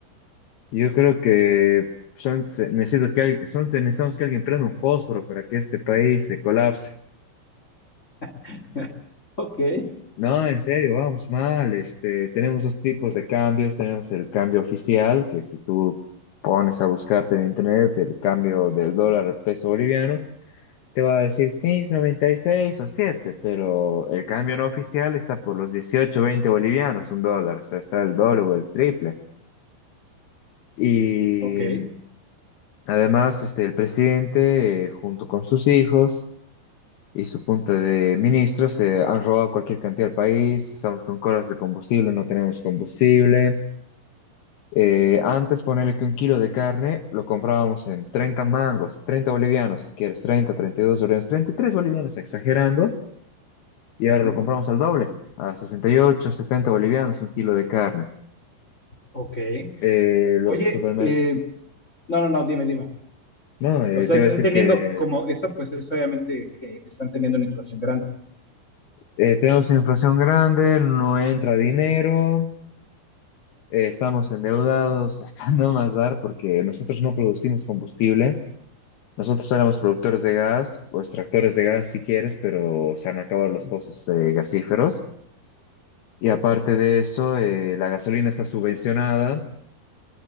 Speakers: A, on the left; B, on the left.
A: yo creo que son, se- necesito que alguien, son, necesitamos que alguien prenda un fósforo para que este país se colapse.
B: <laughs> Ok,
A: No, en serio, vamos mal. Este, tenemos dos tipos de cambios. Tenemos el cambio oficial, que si tú pones a buscarte en internet el cambio del dólar al peso boliviano, Te va a decir, sí, es 96 o 7 pero el cambio no oficial está por los 18, 20 bolivianos, un dólar, o sea, está el doble o el triple. Y
B: Ok,
A: mm, además, este, el presidente, eh, junto con sus hijos y su punta de ministros, eh, han robado cualquier cantidad al país, estamos con colas de combustible, no tenemos combustible. Eh, antes ponerle que un kilo de carne lo comprábamos en 30 mangos, 30 bolivianos, si quieres, 30, 32 bolivianos, 33 bolivianos, exagerando. y
B: ujú,
A: ahora lo compramos al doble, a 68, 70 bolivianos un kilo de carne.
B: ok.
A: Eh, los
B: Oye,
A: supermercados
B: eh, no, no, no, dime, dime.
A: No, eh,
B: O sea,
A: te
B: están
A: iba a decir
B: teniendo
A: que
B: como, eso pues es obviamente que están teniendo una inflación grande.
A: eh, tenemos una inflación grande, no entra dinero, eh, estamos endeudados hasta <laughs> no más dar porque nosotros no producimos combustible. Nosotros éramos productores de gas, o extractores de gas si quieres, pero se han acabado los pozos eh, gasíferos. Y aparte de eso, eh, la gasolina está subvencionada